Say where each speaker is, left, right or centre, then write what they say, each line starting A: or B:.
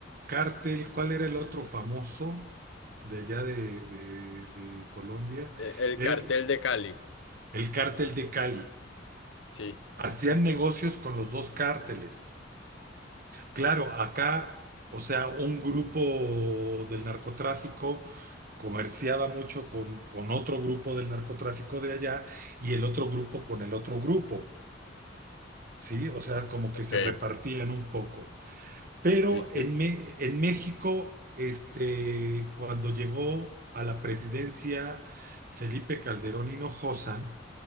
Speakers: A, on the right; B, on the left.
A: cártel, ¿cuál era el otro famoso de allá de, de, de Colombia?
B: Eh, El
A: Era
B: cartel
A: el,
B: de Cali.
A: el cártel de Cali.
B: Sí,
A: Hacían negocios con los dos cárteles. Claro, acá, o sea, un grupo del narcotráfico comerciaba mucho con, con otro grupo del narcotráfico de allá y el otro grupo con el otro grupo, ¿sí? O sea, como
B: ok.
A: que se repartían un poco. Pero
B: Sí, sí.
A: en, Me- en México, este, cuando llegó a la presidencia Felipe Calderón Hinojosa,